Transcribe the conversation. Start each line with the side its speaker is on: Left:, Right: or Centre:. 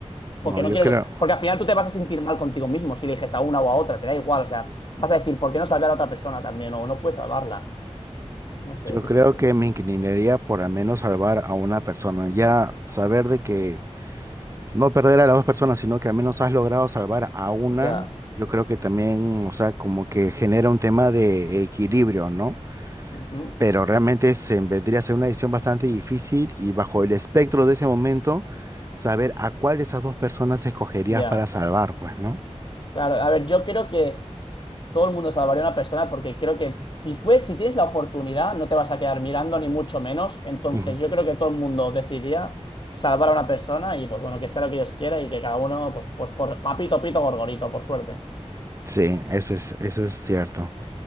Left: Porque
Right: No,
Left: no
Right: yo
Left: quiero.
Right: creo,
Left: Porque al final tú te vas a sentir mal contigo mismo si eliges a una o a otra, te da igual. O sea, vas a decir, ¿por qué no salvar a la otra persona también? O no puedes salvarla. No sé,
Right: yo
Left: es
Right: creo
Left: difícil.
Right: que me inclinaría por al menos salvar a una persona. Ya
Left: Ajá.
Right: saber de que no perder a las dos personas, sino que al menos has logrado salvar a una,
Left: Ya.
Right: yo creo que también, o sea, como que genera un tema de equilibrio, ¿no?
Left: Ujú,
Right: Pero realmente se vendría a ser una decisión bastante difícil y bajo el espectro de ese momento, saber a cuál de esas dos personas escogerías
Left: Ya.
Right: para salvar, pues, ¿no?
Left: Claro, a ver, yo creo que todo el mundo salvaría a una persona porque creo que si puedes, si tienes la oportunidad, no te vas a quedar mirando ni mucho menos. Entonces,
Right: Ujú.
Left: yo creo que todo el mundo decidiría salvar a una persona y pues bueno, que sea lo que Dios quiera y que cada uno, pues, pues por papito, pito, gorgorito, por suerte.
Right: Sí, eso es, eso es cierto.